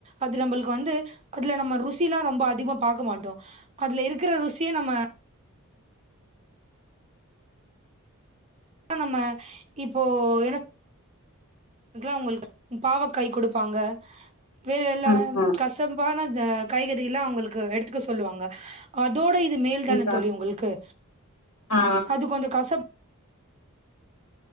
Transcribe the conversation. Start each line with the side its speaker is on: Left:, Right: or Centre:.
Right: அது நம்பளுக் கு வந்து அதுல நம்ம ருசில்லா ரொம்ப அதிகமா பாக்க மாட்டோம் அதுல இருக்கற ருசிய நம்ம அ நம்ம இப்போ என்ன க்கலா உங்களுக் பாவக்காய் குடுப்பாங்க வேற எல்லா
Left: ஆமா
Right: கஷப்பான த காய்கறில்லா அவுங்களுக்கு எடுத்துக்க சொல்லுவாங்க அதோட இது மேல்
Left: கண்டிப்பா
Right: தானே தோழி உங்கள்க்கு
Left: ஆ
Right: அது கொஞ்ச கசப்